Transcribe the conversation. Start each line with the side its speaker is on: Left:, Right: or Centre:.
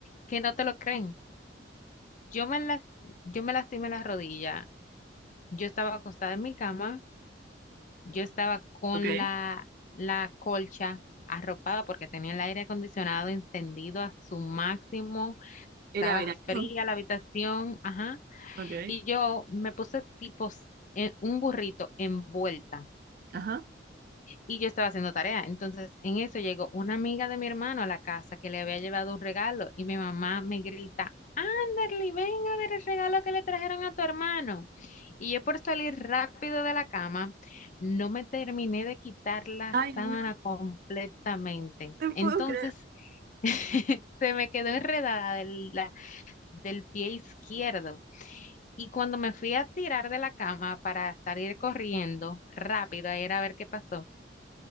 Left: que no te lo creen. Yo me las, yo me lastimé la rodilla. Yo estaba acostada en mi cama Yo estaba con
Right: Ok,
Left: la, la colcha arropada porque tenía el aire acondicionado encendido a su máximo,
Right: era
Left: estaba
Right: verano.
Left: fría la habitación, ajá,
Right: Ok,
Left: y yo me puse tipo s- en un burrito envuelta
Right: ajá.
Left: y yo estaba haciendo tarea. Entonces, en eso llegó una amiga de mi hermano a la casa que le había llevado un regalo y mi mamá me grita, Kimberly, ven a ver el regalo que le trajeron a tu hermano. Y yo por salir rápido de la cama, no me terminé de quitar la
Right: Ay, no,
Left: sábana completamente.
Right: te
Left: Entonces,
Right: puedo creer.
Left: <laughs> se me quedó enredada del, la- del pie izquierdo. Y cuando me fui a tirar de la cama para salir corriendo rápido a ir a ver qué pasó,